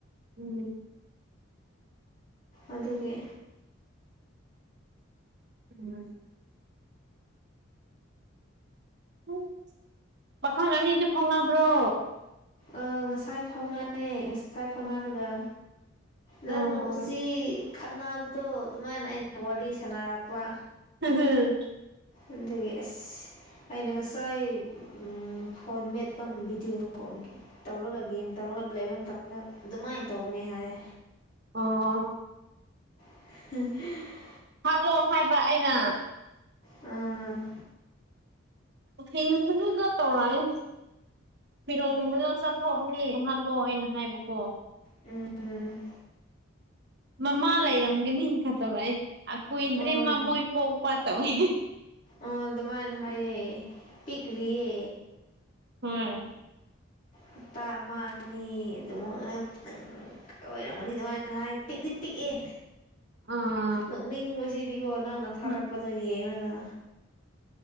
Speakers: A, on the right (about 55°); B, on the left (about 40°).
A: ꯎꯝ
B: ꯑꯗꯨꯒꯤ
A: ꯎꯝ ꯎꯝ ꯄꯥꯈꯪ ꯑꯅꯤꯗꯤ ꯐꯥꯎꯅꯕ꯭ꯔꯣ
B: ꯑ ꯉꯁꯥꯏ ꯐꯥꯎꯅꯩ ꯉꯁꯥꯏ ꯐꯥꯎꯅꯔꯒ ꯅꯪꯅ
A: ꯑꯣ
B: ꯎꯆꯤ ꯈꯠꯅꯕꯗꯣ ꯑꯗꯨꯃꯥꯏꯅ ꯑꯩꯅ ꯋꯥꯔꯤ ꯁꯥꯟꯅꯔꯛꯄ
A: ꯍꯝ ꯍꯝ
B: ꯑꯗꯨꯒꯤ ꯑꯁ ꯑꯩꯅ ꯉꯁꯥꯏ ꯎꯝ ꯐꯣꯟ ꯃꯦꯠꯄ ꯕꯤꯗꯤꯑꯣ ꯑꯃ ꯎ <unintelligible> ꯇꯧꯔꯒ ꯒꯦꯝ ꯇꯧꯔꯒ ꯂꯩꯕ ꯃꯇꯝꯗ ꯑꯗꯨꯃꯥꯏꯅ ꯇꯧꯕꯅꯦ ꯍꯥꯏ
A: ꯑꯣ
B: <unintelligible>
A: ꯍꯥꯠꯂꯣ ꯍꯥꯏꯕ ꯑꯩꯅ
B: ꯎꯝ
A: <unintelligible> ꯇꯧꯔꯥꯏꯟ ꯐꯤꯔꯣꯜ ꯒꯨꯝꯕꯗꯣ ꯆꯥꯊꯣꯛꯑꯅꯤ ꯍꯥꯠꯂꯣ ꯑꯩꯅ ꯍꯥꯏꯕꯀꯣ
B: ꯎꯝ ꯎꯝ
A: ꯃꯃꯥ ꯂꯩꯔꯝꯒꯅꯤ ꯈꯠꯇꯧꯔꯏ ꯑ ꯀꯨꯏꯗ꯭ꯔꯤ
B: ꯎꯝ
A: ꯃꯃꯣꯏ ꯄꯣꯛꯄꯥ ꯇꯧꯋꯤ
B: ꯑ ꯑꯗꯨꯃꯥꯏꯅ ꯍꯥꯏꯌꯦ ꯄꯤꯛꯔꯤꯌꯦ
A: ꯍꯣꯏ
B: ꯍꯞꯇꯥ ꯑꯃ ꯑꯅꯤ ꯑꯗꯨꯃꯥꯏꯟꯇꯪ ꯑꯣꯏꯔꯝꯒꯅꯤ ꯑꯗꯨꯃꯥꯏꯅ ꯍꯥꯏ ꯄꯤꯛꯇꯤ ꯄꯤꯛꯑꯦ
A: ꯑꯥ
B: ꯅꯣꯛꯅꯤꯡꯕꯁꯤꯗꯤꯀꯣ ꯅꯪꯅ ꯊꯥꯔꯛꯄ
A: ꯎꯝ
B: ꯗꯣ ꯌꯦꯡꯉꯒ